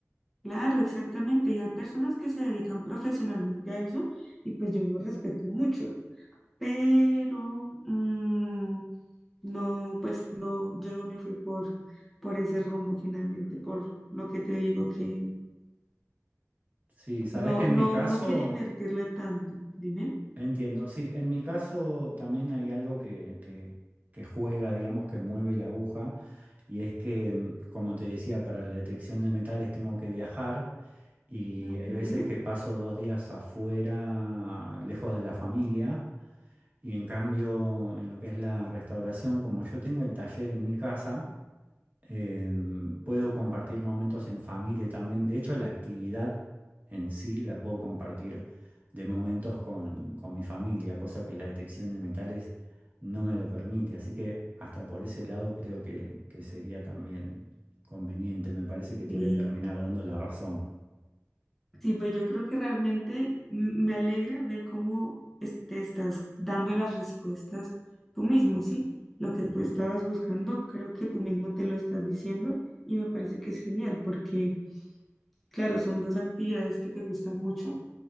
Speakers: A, in the centre; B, on the right (about 30°).
A: Claro, exactamente. Y hay personas que se dedican profesionalmente a eso y pues yo lo respeto mucho. pero mm, no, pues no, yo no me fui por, por ese rumbo finalmente, por lo que te digo que
B: Sí, sabes
A: no,
B: que en
A: no,
B: mi caso...
A: no quería invertirle tanto. Dime.
B: Entiendo, sí, en mi caso también hay algo que, que- que juega, digamos, que mueve la aguja, y es que, mm, como te decía, para la detección de metales tengo que viajar y
A: Ujú.
B: hay veces que paso dos días afuera, lejos de la familia, y en cambio, en lo que es la restauración, como yo tengo el taller en mi casa, Em, puedo compartir momentos en familia también. De hecho, la actividad en sí la puedo compartir de momentos con, con mi familia, cosa que la detección de metales no me lo permite. Así que hasta por ese lado creo que, que sería también conveniente. Me parece que te
A: Sí.
B: voy a terminar dando la razón.
A: Sí, pues yo creo que realmente m- me alegra ver cómo es- te estás dando las respuestas tú mismo, ¿sí? Lo que
B: Ujú,
A: tú estabas buscando, creo que tú mismo te lo estás diciendo y me parece que es genial porque, claro, son dos actividades que te gustan mucho